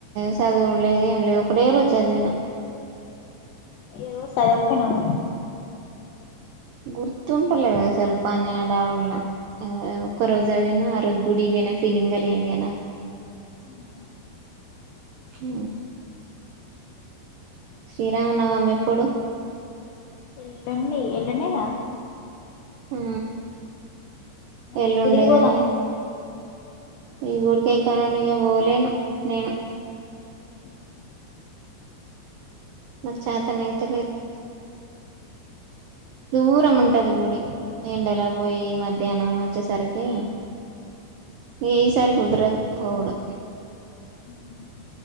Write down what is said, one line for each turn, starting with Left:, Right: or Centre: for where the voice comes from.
Right: చదువుడు లేదు ఏం లేదు ఒకటే రోజు చదివిన
Left: ఇగ రోజు చదవపోయినవ్ మరి
Right: గుర్తుంట లేదసలు పని అడావుళ్ళ ఆ ఒక్క రోజు చదివిన ఆ రోజు గుడివేనా ఫీలింగ్ కలిగింది ఇగ నాకు
Left: అమ్మో
Right: ఊ శ్రీరామనవమి ఎప్పుడు
Left: ఎల్లుండి ఎల్లుండే గా
Right: ఆ
Left: మరి
Right: ఎల్లుండే
Left: గుడికి పోదాం
Right: గని ఈ గుడికి ఇక్క నుండి ఇక పోలేను నేను
Left: అవునా
Right: నాక్ చాతనైతలేద్ దూరం ఉంటది గుడి ఎండలా పోయి మధ్యాహ్నం వచ్చేసరికి ఇగ ఈ సారి కుదరదు పోవుడు
Left: అవును